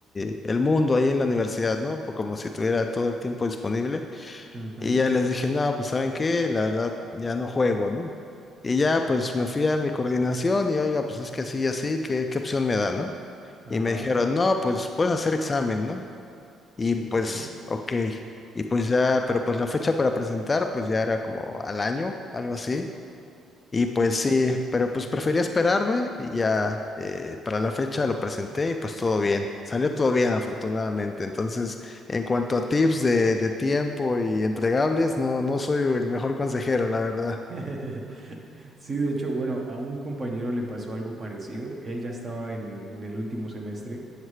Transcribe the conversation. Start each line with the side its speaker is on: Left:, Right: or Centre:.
Left: y el mundo ahí en la universidad, ¿no? Pues como si tuviera todo el tiempo disponible.
Right: Ujú,
Left: Y ya les dije, no, pues ¿saben qué? La verdad, ya no juego, ¿no? Y ya pues me fui a mi coordinación y oiga, pues es que así y así, ¿qué, qué opción me da, no?
Right: Ajá,
Left: Y me dijeron, no, pues puedes hacer examen, ¿no? Y
Right: sí,
Left: pues,
Right: claro.
Left: ok. Y pues ya, pero pues la fecha para presentar, pues ya era como al año, algo así. Y pues sí, pero pues prefería esperarme y ya eh, para la fecha lo presenté y pues todo bien. Salió todo bien, afortunadamente. Entonces, en cuanto a tips de, de tiempo y entregables, no, no soy el mejor consejero, la verdad.
Right: <laughs> Sí, de hecho, bueno, a un compañero le pasó algo parecido. Él ya estaba en, en el último semestre,